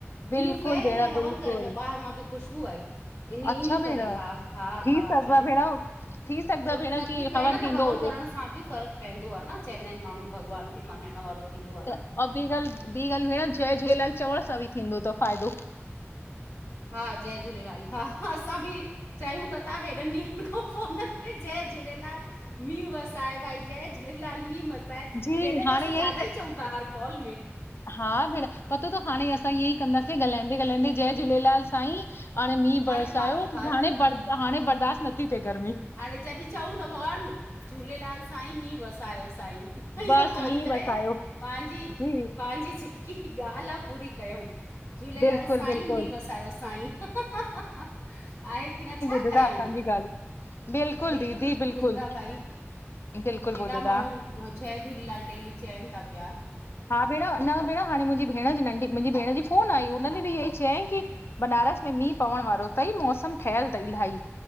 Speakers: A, on the left (about 75°); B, on the left (about 55°).
A: मींहु
B: बिल्कुलु
A: पए हिन
B: भेण
A: लाए हवन
B: बिल्कुलु
A: करनि पिया ॿाहिर मूंखे खुशबू आई। इन ई
B: अच्छा
A: इन ई करे
B: भेण
A: हा हा
B: थी
A: हा
B: सघदो
A: छो
B: आहे
A: जे
B: भेण थी सघदो
A: छोकि
B: आहे भेण
A: न।
B: की
A: ऐं न
B: थींदो
A: त हवन
B: हुजे
A: करण सां बि फर्क पवंदो आहे न चवंदा आहिन माण्हू भॻवान खे मनाइण वारो बि थींदो आ न।
B: ऐं ॿी ॻाल्ह ॿी ॻाल्ह भेण जय झूलेलाल चवण सां बि थींदो अथव फ़ायदो।
A: हा जय झूलेलाल हा हा असां बि चाहियूं त अथा हेॾन ॾींहन खां पोइ न। जय झूलेलाल मींह वसाए भाई जय झूलेलाल मींह वसाए।
B: जी
A: त हेॾे त
B: हाणे
A: असां
B: ईअं
A: ज्यादा ई चऊं था हर कॉल में।
B: हा भेण पतो तव हाणे असां ईअं ई कंदासीं ॻाल्हाईंदे ॻाल्हाईंदे जय झूलेलाल। साईं हाणे मींह बरसायो
A: हर का हर
B: हाणे बर हाणे बर्दाश्त न थी थिए गर्मी।
A: हाणे जॾहिं चऊं त भॻवान झूलेलाल साईं मींह वसायो साईं। इहो
B: बसि
A: चई
B: मींहुं
A: करे
B: वसायो
A: पंहिंजी
B: जी
A: पंहिंजी जेकी ॻाल्ह आ पूरी कयूं। झूलेलाल
B: बिल्कुलु
A: साईं
B: बिल्कुलु
A: मींह वसायो साईं आहे की न छा।
B: बुधंदा
A: कयूं
B: असांजी ॻाल्ह बिल्कुल
A: बिल्कुलु
B: दीदी
A: बिल्कुलु
B: बिल्कुल
A: ॿुधदा भाई
B: बिल्कुल
A: हेॾा
B: ॿुध --
A: माण्हू जय झूलेलाल डेली चयन था पिया।
B: हा भेण न भेण हाणे मुंहिंजी भेण जी नंढी मुंहिंजी भेण जी फोन आई हुनन बि इह ई चयईं की -- बनारस में मींहुं पवण वारो तई मौसम ठहियल अथई इलाही।